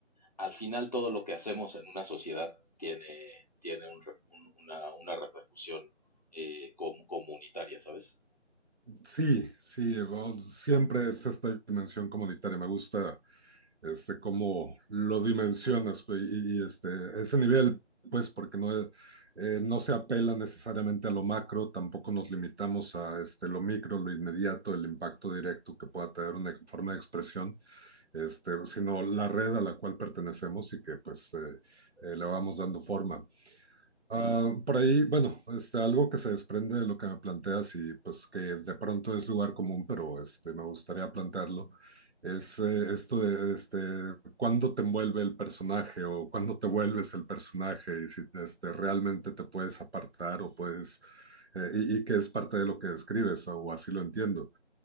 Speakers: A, on the left; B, on the right.
A: Al final todo lo que hacemos en una sociedad tiene, tiene un re- un- una, una repercusión eh, com- comunitaria, ¿sabes?
B: Sí, sí, bueno, siempre es esta dimensión comunitaria. Me gusta este cómo lo dimensionas pues, y, y, este ese nivel, pues, porque no es- eh, no se apela necesariamente a lo macro, tampoco nos limitamos a este lo micro, lo inmediato, el impacto directo que pueda tener una forma de expresión, este, sino la red a la cual pertenecemos y que pues eh, eh, le vamos dando forma. Ah, por ahí, bueno, este, algo que se desprende de lo que me planteas y pues que de pronto es lugar común, pero este, me gustaría plantearlo, es eh, esto de este, cuándo te envuelve el personaje o cuándo te vuelves el personaje y si este, realmente te puedes apartar o puedes, eh, y, y que es parte de lo que describes o así lo entiendo.